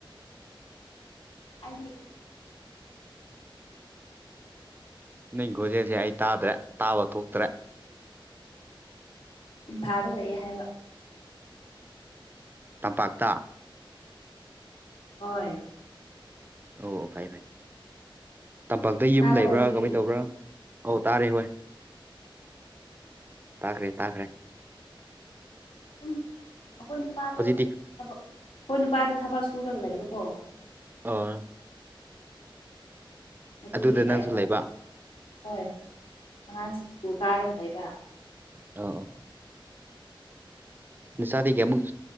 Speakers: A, on the left; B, on the right.
A: ꯑ ꯃꯔ
B: ꯅꯪ ꯈꯣꯖꯦꯁꯦ ꯑꯩ ꯇꯥꯗ꯭ꯔꯦ ꯇꯥꯕ ꯊꯣꯛꯇ꯭ꯔꯦ
A: ꯏꯝꯐꯥꯗ ꯂꯩꯌꯦ ꯍꯥꯏꯕ
B: ꯇꯝꯄꯥꯛꯇ
A: ꯍꯣꯏ
B: ꯑꯣ ꯐꯩ ꯐꯩ ꯇꯝꯄꯥꯛꯇ ꯌꯨꯝ
A: ꯇꯥꯕ꯭ꯔꯣ
B: ꯂꯩꯕ꯭ꯔꯥ
A: ꯍꯧꯖꯤꯛꯇꯤ
B: ꯀꯃꯥꯏꯅ ꯇꯧꯕ꯭ꯔꯥ ꯑꯧ ꯇꯥꯔꯦ ꯍꯣꯏ ꯇꯥꯈ꯭ꯔꯦ ꯇꯥꯈ꯭ꯔꯦ
A: ꯁꯨꯝ ꯑꯩꯈꯣꯏ ꯅꯨꯄꯥꯗꯣ
B: ꯍꯧꯖꯤꯛꯇꯤ
A: ꯊꯕꯛ ꯑꯩꯈꯣꯏ ꯅꯨꯄꯥꯗ ꯊꯕꯛ ꯁꯨꯔꯒ ꯂꯩꯕꯀꯣ
B: ꯑꯣ
A: ꯑꯗꯨꯒꯤ
B: ꯑꯗꯨꯗ ꯅꯪꯁꯨ
A: ꯑꯩꯅ
B: ꯂꯩꯕ
A: ꯍꯣꯏ ꯑꯉꯥꯡꯁꯤꯡ ꯁ꯭ꯀꯨꯜ ꯀꯥꯔꯝ ꯂꯩꯕ
B: ꯑ ꯅꯆꯥꯗꯒꯤ ꯀꯌꯥꯃꯨꯛ